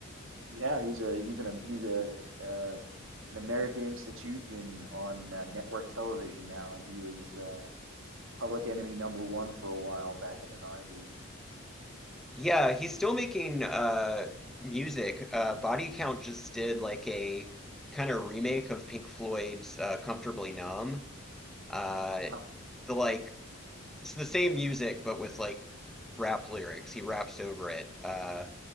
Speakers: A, on the right (about 65°); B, in the centre.
A: Yeah, he's a he's an he's a uh, an American institution on uh, network television now, and he was uh, Public Enemy number one for a while back in the '90s.
B: Yeah, he's still making uh music. Uh Body Count just did like a kind of remake of Pink Floyd's uh, Comfortably Numb. Uh
A: Oh, wow.
B: the like It's the same music, but with like rap lyrics. He raps over it. Uh,